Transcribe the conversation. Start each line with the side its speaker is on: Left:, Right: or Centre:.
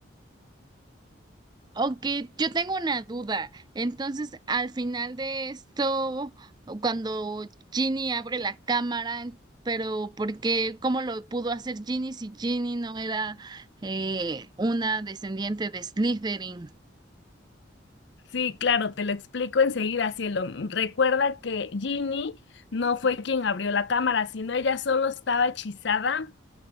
Right: Aunque yo tengo una duda. Entonces, al final de esto, cuando Ginny abre la cámara, pero ¿por qué? ¿Cómo lo pudo hacer Ginny si Ginny no era eh, una descendiente de Slytherin?
Left: Sí, claro, te lo explico enseguida, cielo. Recuerda que Ginny no fue quien abrió la cámara, sino ella solo estaba hechizada